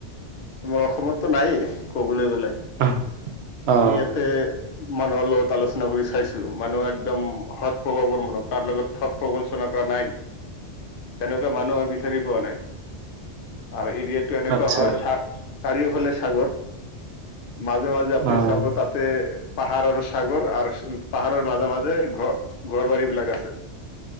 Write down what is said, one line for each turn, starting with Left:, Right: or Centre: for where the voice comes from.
Left: আমাৰ অসমততো নায়েই ক'বলৈ গলে,
Right: অ', অ',
Left: ইয়াতে, মানুহৰ লগত আলোচনা কৰি চাইছো মানুহে একদম সৎ প্ৰভাৱৰ মানুহ কাৰ লগত ঠগ প্ৰবঞ্চনা কৰা। নাই তেনেকুৱা মানুহে বিচাৰি পোৱা নাই, আৰু এটো এনেকুৱা
Right: আচ্ছা
Left: হয় চ চাৰিওফালে ছাগৰ। মাজে মাজে আপুনি
Right: অ',
Left: চাব তাতে পাহাৰ আৰু সাগৰ আৰু পাহাৰৰ মাজে, মাজে যে ঘৰ ঘৰ বাৰী বিলাক আছে,